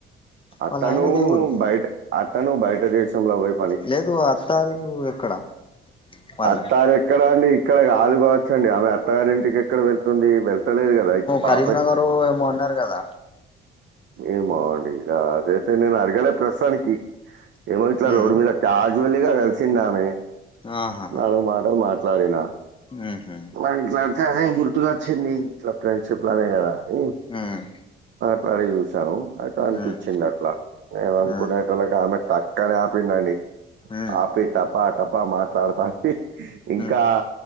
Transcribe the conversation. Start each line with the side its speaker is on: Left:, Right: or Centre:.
Right: అతను
Left: వాళ్ళ ఆయనది ఏ ఊరు
Right: బయట అతను బయట దేశంల వైపు
Left: లేదు అత్తారిల్లు ఎక్కడ? వాళ్ళ
Right: అత్తారు ఎక్కడ అండి ఇక్కడ కాదు కావచ్చండి. ఆమె అత్తగారి ఇంటికి ఎక్కడ వెళ్తుంది? వెళ్తలేదు కదా! పాప
Left: కరీంనగరు ఏమో అన్నారు కదా!
Right: ఏమో అండీ ఇగ. అదైతే నేను అడగలే ప్రస్తుతానికి ఏమో ఇట్లా
Left: ఉమ్
Right: రోడ్ మీద క్యాసువల్ గా కలిసింది ఆమె.
Left: ఆహా
Right: నాలుగు మాటలు మాట్లాడినా.
Left: ఉహు
Right: వానికి సర్సెసాయ్ గుర్తుక వచ్చింది, ఇట్లా ఫ్రెండ్షిప్ లానే కదా అని,
Left: మ్
Right: అట్లాడే చూసాను. అయితే అనిపించింది
Left: ఉమ్
Right: అట్లా. నేను అనుకునే
Left: ఉమ్
Right: పట్టలకే ఆమె టక్కనే ఆపిందండి.
Left: ఉమ్
Right: ఆపి టపా టపా మాట్లాడతాంది. ఇంకా
Left: ఉమ్